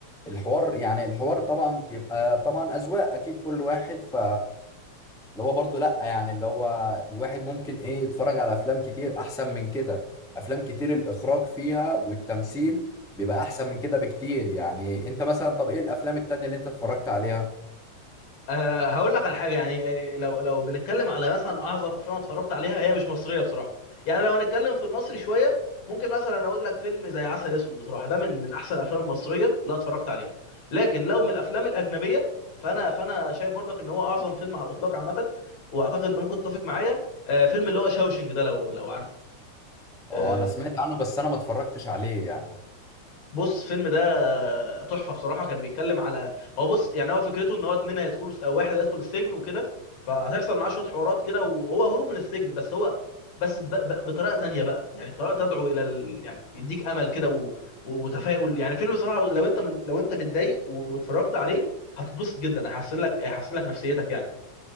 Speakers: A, in the centre; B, on the left (about 65°).
A: الحوار يعني الحوار طبعا بيبقى طبعا أذواق أكيد كل واحد ف اللي هو برضو لا يعني اللي هو الواحد ممكن ايه يتفرج على افلام كتير احسن من كده افلام كتير الاخراج فيها والتمثيل بيبقى احسن من كده بكتير يعني انت مثلا طب ايه الافلام التانية اللي انت اتفرجت عليها
B: أه هقول لك على حاجه يعني آه، لو لو بنتكلم على مثلا اعظم افلام أنا اتفرجت عليها هي مش مصريه بصراحه يعني لو هنتكلم في المصري شويه ممكن مثلا اقول لك فيلم زي عسل اسود بصراحه ده من من احسن الافلام المصريه اللي اتفرجت عليها لكن لو من الافلام الاجنبيه فانا فانا شايف برضك ان هو اعظم فيلم على الاطلاق عامه واعتقد انت ممكن تتفق معايا آه، فيلم اللي هو شاوشنج ده لو لو عارفه
A: اه
B: آه،
A: انا سمعت عنه بس انا ما اتفرجتش عليه يعني
B: بص الفيلم ده تحفه بصراحه كان بيتكلم على هو بص يعني هو فكرته ان هو اتنين هيدخلوا او واحد هيدخل السجن وكده فهيحصل معاه شويه حوارات كده وهو هروب من السجن بس هو بس ب... ب... بطريقه تانية بقى يعني طريقه تدعو الى ال... يعني يديك امل كده و... و- وتفاؤل يعني فيلم بصراحه لو انت من... لو انت متضايق و... واتفرجت عليه هتتبسط جدا هيحسن لك هيحسن لك نفسيتك يعني